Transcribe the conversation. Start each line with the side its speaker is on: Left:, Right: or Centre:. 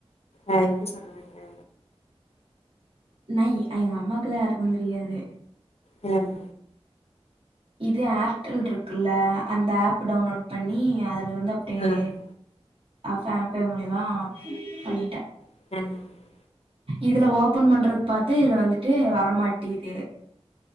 Left: ஆ என்ன சொன்னாங்க
Right: நை எங்க அம்மாக்குல்லா யாருக்கு தெரியாது
Left: ம்ம்
Right: இது ஏர்டெல் இருக்குல்ல அந்த ஆப் டவுன்லோட் பண்ணி அதுல அது வந்து அப்டியே
Left: ஆ ஆ ஆமா
Right: ஃபேம்பே மூலிமா பண்ணிட்டேன்
Left: உங்க
Right: இதுல ஓபன் பண்றது பாத்து இதுல வந்துட்டு வரமாட்டிது